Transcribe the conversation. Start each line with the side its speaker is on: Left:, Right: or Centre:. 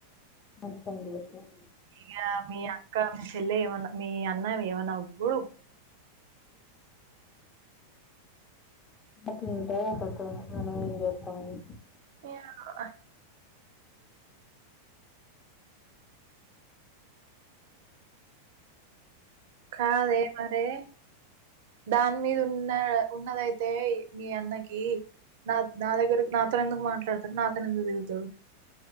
Left: మంచి పని చేసినావ్
Right: ఇగ మీ అక్క మీ చెల్లె ఏమన్నా మీ అన్నవి ఏవ నవ్వు
Left: <inaudible> మనం ఏం చేత్తాం లే
Right: <unintelligible> కాదే మరే దాని మీద ఉన్న ఉన్నదైతే మీ అన్నకి నా నా దగ్గర నాతోని ఎందుకు మాట్లాడుతాడు నాతోని ఎందుకు తిరుగుతాడు